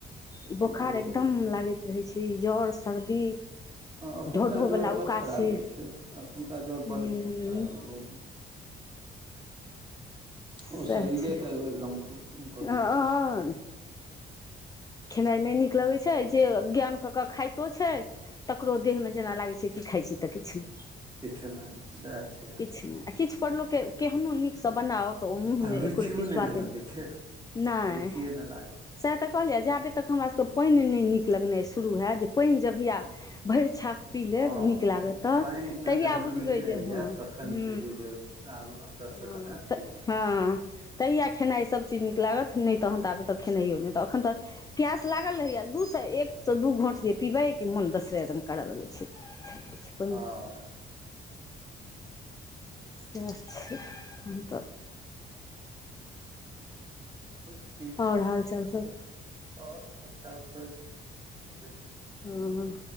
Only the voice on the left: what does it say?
ई बोखार
एकदम लागैत रहै छै। ई जर सर्दी।
ढो ढो
वला
उकासी
हूँ
सएह
छै
हँ
खेनाइ नहि नीक लगै छै। जे ज्ञान कऽ कऽ खाइतो छै तकरो देहमे जेना लागै छै कि खाइत छी तऽ किछु
किछ नहि किछु पर लोकके केहनो नीकसँ बनाओ तऽ ओ मुंह मे
एको रती स्वादे
नैय
सैह तऽ कहलियै जाबे तक हमरा सबके पानि नहि नीक लगनाय शुरू हायत जे पानि जहिया भरि छा पी लेब
नीक लागत तऽ
तहिया
बुझबै
जे
हँ
हू
हं
तऽ
हँ तहिया खेनाइ सभचीज नीक लागत नहि तहन तऽ आबे तऽ खेनाइो नहि तऽ एखन तऽ प्यास लागल रहैए दू सँ एक सँ दू घोंट जे पीबै कि मोन दोसरे रंग करय लगै छै <unintelligible>
<unintelligible>
आओर हाल चाल सभ
ह